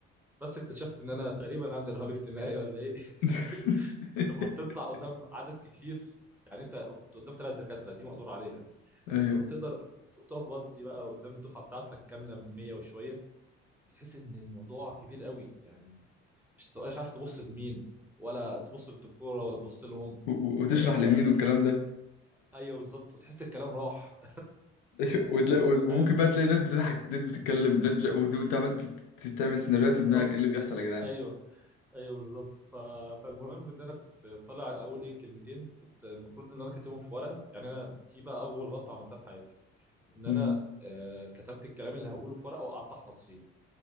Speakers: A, in the centre; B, on the left.
A: بس اكتشفت ان انا تقريبا عندي رهاب اجتماعي ولا ايه
B: <laughs>
A: <laughs> لما بتطلع قدام عدد كتير يعني انت كنت قدام ثلاث دكاتره دي مقدور عليها لكن
B: ايوه
A: لما تقدر تقف باص دي بقى قدام الدفعه بتاعتك كامله 100 وشويه بتحس ان الموضوع كبير قوي يعني مش بتبقاش عارف تبص لمين ولا تبص للدكتوره ولا تبص لهم
B: و- و- وتشرح
A: آه
B: لمين والكلام ده
A: ايوه بالظبط وتحس الكلام راح
B: <laughs> وتلاقي وممكن
A: <laughs> فاهم
B: بقى تلاقي ناس بتضحك ناس بتتكلم ناس بت... وت- وانت عمال تت- تت- تعمل سيناريوهات
A: بالظبط
B: في دماغك ايه اللي بيحصل يا جدعان
A: ايوه ايوه بالظبط ف... فالمهم ان انا كنت طالع اول ايه كلمتين كنت المفروض ان انا كاتبهم في ورقه يعني انا دي بقى اول غلطه عملتها في حياتي ان
B: مم.
A: انا آه كتبت الكلام اللي هقوله في ورقه وقعدت احفظ فيه